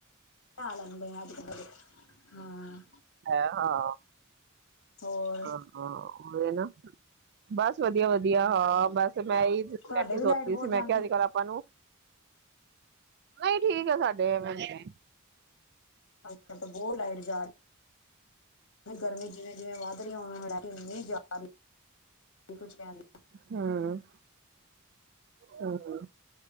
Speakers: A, on the left; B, on the right.
A: ਪਾ ਲੈਂਦੇ ਐ ਅੱਜ-ਕਲ ਦੇ ਬੱਚੇ, ਹਾਂ।
B: ਐ ਹਾਂ।
A: ਹੋਰ।
B: ਹਾਂ ਹਾਂ, ਮੈਂ ਨਾ, ਬਸ ਵਧੀਆ-ਵਧੀਆ ਹਾਂ ਬਸ ਮੈ ਇਹੀ ਬੈਠੀ
A: ਤੁਹਾਡੇ ਵੀ
B: ਸੋਚਦੀ
A: ਲਾਈਟ ਬਹੁਤ
B: ਸੀ, ਮੈ
A: ਜਾਂਦੀ
B: ਕਿਹਾ ਅੱਜ- ਕੱਲ ਆਪਾਂ ਨੂੰ ਨਹੀ, ਠੀਕ ਹੈ ਸਾਡੇ ਵਡੇ
A: ਅੱਛਾ, ਉਹ ਲਾਈਟ ਜਾ ਰ ਤੇ ਗਰਮੀ ਜਿਵੇਂ-ਜਿਵੇਂ ਵੱਧ ਰਹੀ ਏ, ਓਵੇ-ਓਵੇ ਲਾਈਟ ਨਈ ਜਾ ਰਹੀ। ਤੇ ਕੁਛ ਕਹਿਣ ਲਈ
B: ਹੂੰ, ਹੂੰ,